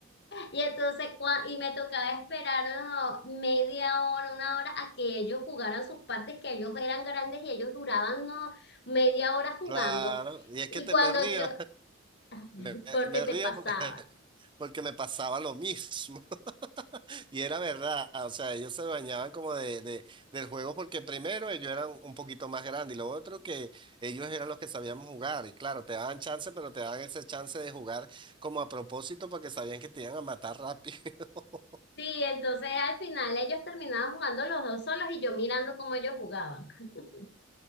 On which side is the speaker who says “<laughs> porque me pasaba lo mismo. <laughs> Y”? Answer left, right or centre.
Right